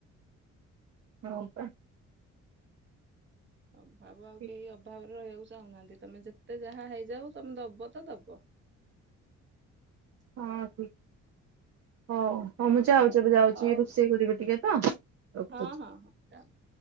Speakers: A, on the right (about 55°); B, on the right (about 40°).
A: <unintelligible>
B: ଅଭାବ ଆଉ
A: ଠିକ
B: କେହି ଅଭାବରେ ରହିବାକୁ ଚାହୁଁନାହାନ୍ତି ତମେ ଯେତେ ଯାହା ହେଇଯାଉ ତମେ ଦବ ତ ଦବ।
A: ହଁ ଠିକ ହଉ। ହଁ ମୁଁ ଯାଉଛିବେ ଯାଉଛି
B: ହଉ
A: ରୋଷେଇ କରିବି ଟିକେ ତ ରଖୁଛି।
B: ହଁ <inaudible>